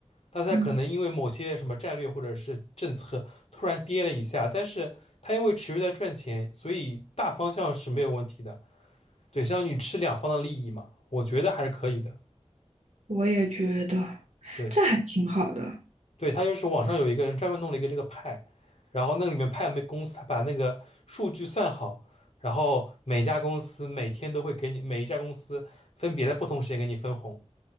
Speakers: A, on the left; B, on the right.
A: 但它可能因为某些什么战略或者是政策突然跌了一下，
B: 嗯，
A: 但是他因为持续在赚钱，所以大方向是没有问题的。对，相当于你吃两方的利益嘛，我觉得还是可以的。
B: 我也觉得这还挺好的，
A: 对。对，他就是网上有一个人专门弄了一个这个派，然后那个里面派没公司，他把那个数据算好，然后每家公司每天都会给你每一家公司分别在不同时间给你分红。